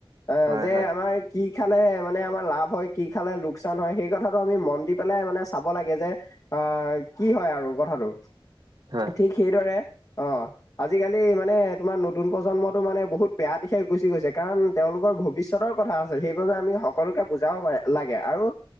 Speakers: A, on the right; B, on the left.
A: হয়
B: অ যে
A: হয়
B: আমাৰ কি কি খালে মানে আমাৰ লাভ হয় কি খালে লোকচান হয় সেই কথাটো আমি মন দি পেলাই মানে চাব লাগে যে আহ কি হয় আৰু কথাটো
A: হয়
B: ঠিক সেইদৰে অ আজিকালি মানে তোমাৰ নতুন প্ৰজন্মটো মানে বহুত বেয়া দিশে গুচি গৈছে কাৰণ তেওঁলোকৰ ভ ভিতৰ কথা আছে সেইবাবে আমি সকলোকে বুজাব প লাগে আৰু